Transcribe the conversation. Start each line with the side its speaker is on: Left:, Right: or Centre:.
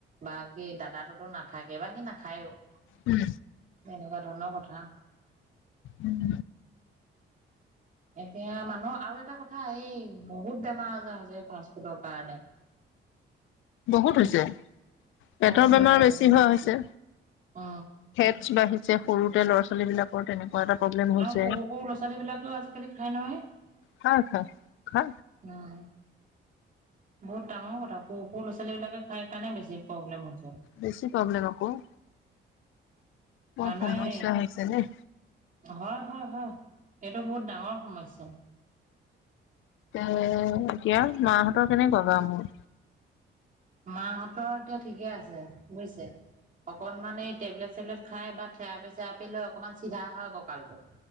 Right: বাকী দাদাতোতো নাথাকে বা সি নাখায়ো। <unintelligible>
Left: উম!
Right: এনেকুৱা ধৰণৰ কথা।
Left: উম!
Right: এতিয়া মানুহৰ আৰু এটা কথা এই বহুত বেমাৰ আজাৰ হৈছে ফাষ্ট ফুডৰ কাৰণে।
Left: বহুত হৈছে। পেটৰ
Right: বহুত
Left: বেমাৰ বেছি
Right: আজাৰ
Left: হোৱা হৈছে
Right: অ
Left: ফেটছ বাঢ়িছে। যে সৰুতে ল'ৰা- ছোৱালী বিলাকৰ তেনেকোৱা এটা প্ৰব্লেম হৈছে
Right: আৰু সৰু সৰু ল'ৰা-ছোৱালী বিলাকেও আজিকালি খাই নহয়।
Left: খা খা খা
Right: উম! বহুত ডাঙৰ কথা সৰু সৰু' ল'ৰা-ছোৱালী বিলাকে খাই কাৰণে বেছি প্ৰব্লেম হ
Left: বেছি প্ৰব্লেম আকৌ। বৰ
Right: মানুহে
Left: সমস্যা হৈছে দেই
Right: নহয় হয় হয় এইটো বহুত ডাঙৰ সমস্যা।
Left: এ এতিয়া মাহঁতৰ কেনেকোৱা গা মোৰ
Right: মাহঁতৰ এতিয়া ঠিকে আছে বুজিছে, অকনমান এই টেবলেট চেবলেট খাই বা থেৰাপি চেৰাপি লৈ অকমান চিধা হয় কঁকালটো